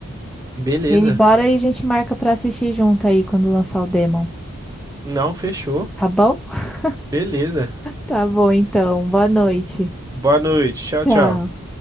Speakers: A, on the right; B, in the centre.
A: Beleza.
B: E bora aí, a gente marca pra assistir junto aí quando lançar o Demon.
A: Não fechou.
B: Tá bom? <laughs>
A: Beleza.
B: Tá bom, então. Boa noite.
A: Boa noite. Tchau,
B: Tchau.
A: tchau.